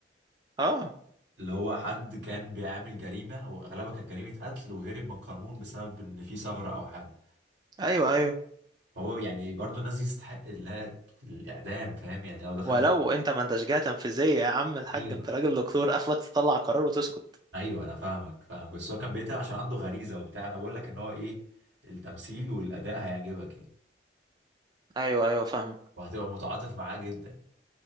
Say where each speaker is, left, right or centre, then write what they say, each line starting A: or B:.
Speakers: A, on the right; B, on the right.
A: اه
B: اللي هو حد كان بيعمل جريمة واغلبها كانت جريمة قتل وهرب من القانون بسبب ان في ثغرة او حاجة
A: ايوه ايوه
B: هو يعني برضه الناس دي تستحق انها الاعدام فاهم يعني لو دخلت
A: ولو انت ما انتش جهة تنفيذية يا عم الحاج
B: ايوه
A: انت راجل دكتور اخلك تطلع قرار وتسكت
B: ايوه انا فاهمك فاهمك بس هو كان بيتعب عشان عنده غريزه وبتاع انا بقول لك ان هو ايه التمثيل والاداء هيعجبك يعني
A: ايوه ايوه فاهمك
B: وهتبقى متعاطف معاه جدا